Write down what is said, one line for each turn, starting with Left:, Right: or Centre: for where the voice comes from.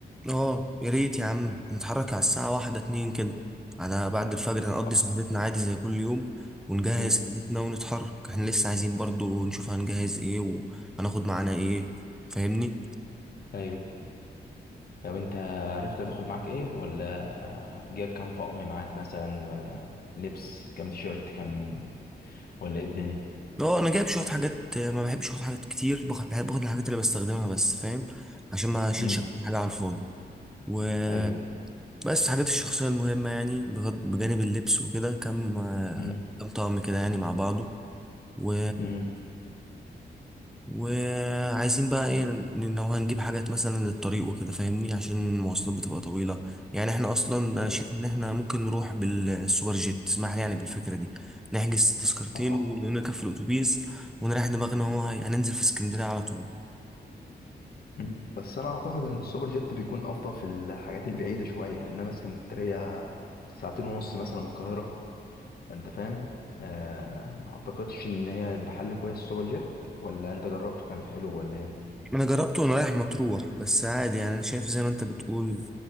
Centre: اه يا ريت يا عم نتحرك على الساعة واحدة اتنين كده على بعد الفجر هنقضي
Left: و...
Centre: سهرتنا عادي زي كل يوم ونجهز
Left: مم.
Centre: خدمتنا ونتحرك احنا لسه عايزين برضو نشوف هنجهز ايه وهناخد معانا ايه فاهمني
Left: ايوه لو انت عرفت تاخد معاك ايه ولا جايب كام طقم معاك مثلا ولبس كام تيشيرت كام ولا ايه الدنيا
Centre: اه انا جايب شوية حاجات آه، ما بحبش اخد حاجات كتير باخد بحب اخد الحاجات اللي بستخدمها بس فاهم عشان ما اشيلش
Left: امم
Centre: حاجة على الفاضي وبس
Left: ايوه
Centre: حاجات الشخصية المهمة يعني بغض- بجانب اللبس وكده كم آه،
Left: امم
Centre: كم طقم كده يعني مع بعضه و
Left: امم
Centre: وعايزين بقى ايه ن- لو هنجيب حاجات مثلا للطريق وكده فاهمني عشان المواصلات بتبقى طويلة يعني احنا اصلا انا
Left: ايوه
Centre: شايف ان احنا ممكن نروح بالسوبر جيت اسمح لي يعني بالفكرة دي نحجز تذكرتين
Left: اه
Centre: ونركب في الاتوبيس ونريح دماغنا هو هي- هننزل في اسكندرية على طول
Left: مم. بس انا اعتقد ان السوبر جيت بيكون افضل في الحاجات البعيدة شوية انما اسكندرية ساعتين ونص مثلا من القاهرة فانت فاهم آه ما اعتقدش ان هي هيبقى حل كويس السوبر جيت ولا انت جربته كان حلو ولا ايه
Centre: انا جربته وانا رايح مطروح بس عادي يعني انا شايف زي ما انت بتقول